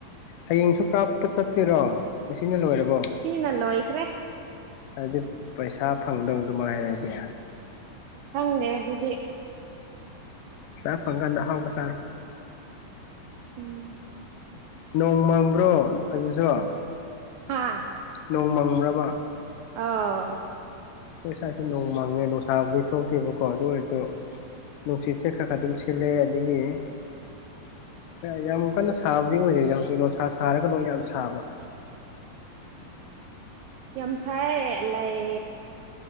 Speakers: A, on the left (about 75°); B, on the right (about 80°).
A: ꯍꯌꯦꯡꯁꯨ ꯀꯥꯞꯄ ꯆꯠꯇꯔꯣ ꯉꯁꯤꯅ ꯂꯣꯏꯔꯕꯣ
B: ꯍꯜ ꯂꯣꯢ ꯈꯔꯦ
A: ꯍꯥꯏꯗꯤ ꯄꯩꯁꯥ ꯐꯪꯗꯧꯗꯨꯉꯥꯏꯔꯦꯗꯤ
B: ꯈꯪꯗꯦ ꯑꯗꯨꯗꯤ
A: ꯆꯥꯛ ꯐꯪꯀꯥꯟꯗ ꯑꯍꯥꯎꯕ ꯆꯥꯔꯣ
B: ꯎꯝ
A: ꯅꯣꯡ ꯃꯪꯕ꯭ꯔꯣ ꯑꯗꯨꯁꯨ
B: ꯑꯥ
A: ꯅꯣꯡꯃꯪꯕꯔ ꯕ
B: ꯑꯥ
A: ꯑꯩꯈꯣꯏ ꯁꯥꯏꯁꯨ ꯅꯣꯡ ꯃꯪꯉꯦ ꯅꯨꯡꯁꯥꯕꯨꯗꯤ ꯊꯣꯛꯇꯦꯕꯀꯣ ꯑꯗꯨ ꯑꯣꯏꯔꯁꯨ ꯅꯨꯡꯁꯤꯠ ꯆꯦ ꯈꯔ ꯈꯔ ꯑꯗꯨꯝ ꯁꯤꯜꯂꯦ ꯑꯗꯒꯤ ꯌꯥꯝ ꯀꯟꯅ ꯁꯥꯕꯗꯤ ꯑꯣꯏꯗꯔꯤꯗ ꯍꯧꯖꯤꯛ ꯅꯣꯟꯁꯥ ꯁꯥꯔꯒ ꯂ ꯌꯥꯝ ꯁꯥꯕ
B: ꯌꯥꯝ ꯁꯥꯏ ꯑꯂꯩ